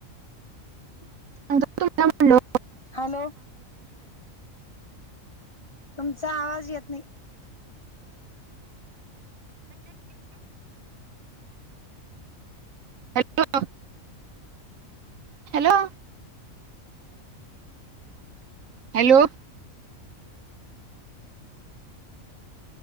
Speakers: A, on the right; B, on the left.
A: सांग तुम्ही म्हणलो
B: हॅलो तुमचा आवाज येत नाही
A: ॅो हॅलो हॅलो